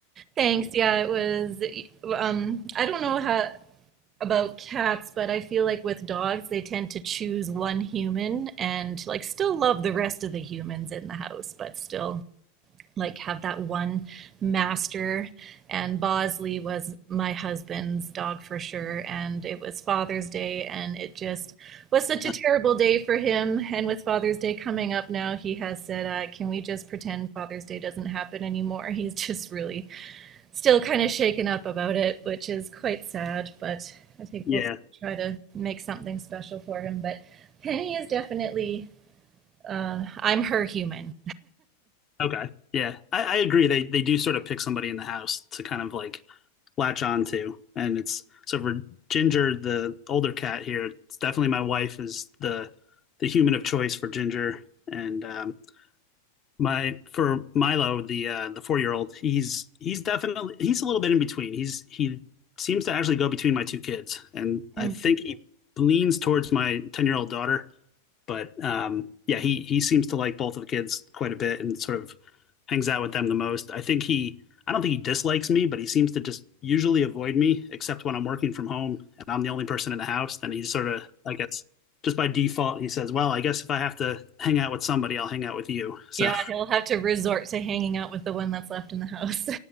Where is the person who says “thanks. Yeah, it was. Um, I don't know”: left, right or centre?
Right